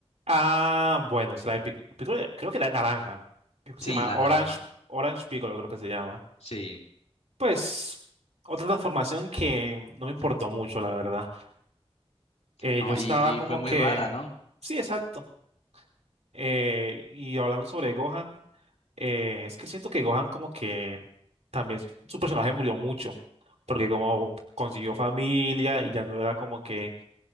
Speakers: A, on the right; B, on the left.
A: Ah, bueno, es de Pic- Piccolo, creo que la de naranja. Creo que
B: Sí,
A: se llama
B: la
A: Orange,
B: naranja.
A: Orange Piccolo, creo que se llama.
B: Sí,
A: Pues, otra transformación que no me importó mucho, la verdad. Eh,
B: Ah,
A: yo estaba
B: y,
A: como
B: y fue muy
A: que,
B: rara, ¿no?
A: sí, exacto. Eh, y hablando sobre Gohan, eh, es que siento que Gohan como que también su personaje murió mucho, porque como consiguió familia y ya no era como que